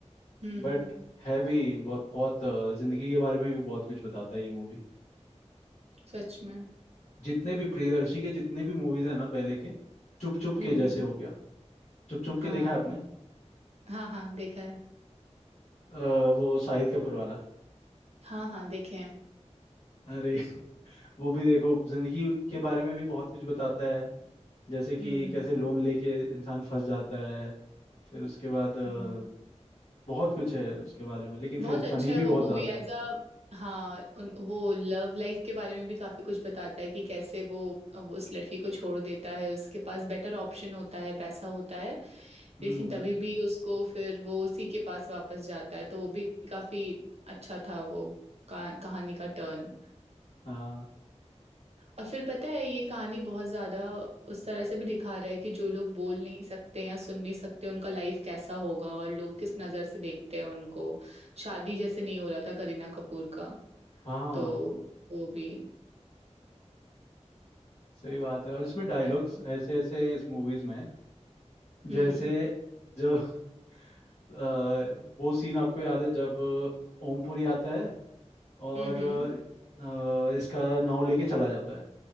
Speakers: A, on the right; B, on the left.
A: हम्म,
B: बट
A: हम्म,
B: है भी बहुत, बहुत अ, जिंदगी के बारे में भी बहुत कुछ बताता है ये मूवी
A: सच में
B: जितने भी प्रियदर्शी के जितने भी मूवीज है ना पहले के चुप चुप
A: हम्म
B: के जैसे
A: हम्म
B: हो गया चुप चुप
A: हाँ
B: के देखा है आपने
A: हाँ हाँ देखा है
B: अ, वो शाहिद कपूर वाला
A: हाँ हाँ देखे हैं
B: अरे <laughs> वो भी देखो जिंदगी के बारे में भी बहुत कुछ बताता है जैसे कि
A: हम्म
B: कैसे लोन लेके इंसान फंस जाता है फिर उसके बाद अ,
A: हम्म
B: बहुत कुछ है उसके बारे में लेकिन
A: बहुत
B: फिर
A: अच्छा
B: फनी
A: है
B: भी
A: वो
B: बहुत
A: मूवी
B: ज्यादा
A: एज
B: है
A: अ हाँ उन, वो लव लाइफ के बारे में भी काफी कुछ बताता है कि कैसे वो, वो उस लड़की को छोड़ देता है उसके पास बेटर ऑप्शन होता है पैसा होता है
B: हम्म
A: लेकिन तभी भी उसको फिर वो उसी के पास वापस जाता है तो वो भी काफी अच्छा था वो का, कहानी का टर्न
B: हाँ
A: और फिर पता है ये कहानी बहुत ज्यादा उस तरह से भी दिखा रहा है कि जो लोग बोल नहीं सकते या सुन नहीं सकते उनका लाइफ कैसा होगा और लोग किस नजर से देखते हैं उनको शादी जैसे नहीं हो रहा था करीना कपूर का
B: हाँ
A: तो वो भी
B: सही बात है और इसमें डायलॉग्स
A: था
B: ऐसे ऐसे हैं इस मूवीज में जैसे
A: हम्म
B: जब अ, वो सीन आपको याद है जब ओमपुरी आता है और
A: हम्म हम्म
B: अ, इसका नाव लेके चला जाता है